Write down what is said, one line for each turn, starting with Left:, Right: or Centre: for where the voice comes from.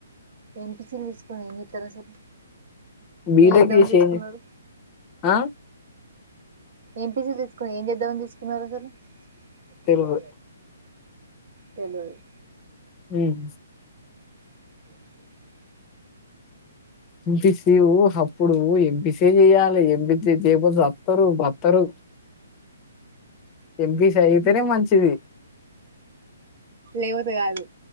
Right: ఎంపీసీ తీసుకొని ఏం చెత్తరు అసలు
Left: బీటెక్
Right: ఏం చేద్దామని
Left: చేసి
Right: తీసుకున్నారు
Left: ఏంది ఆ
Right: ఏంపీసీలు తీసుకుని ఏం చేద్దామని తీసుకున్నారు అసలు ఒక
Left: తెలుగు
Right: తెలువది
Left: ఉం
Right: <inaudible>
Left: ఇన్ పీస్ అప్పుడు ఎంపి సి ఎ చెయాలి ఎం పి సి చేయపోతే సత్తరు బత్తరు ఎంపిసి అయితేనే మంచిది
Right: లేపోతే కాదు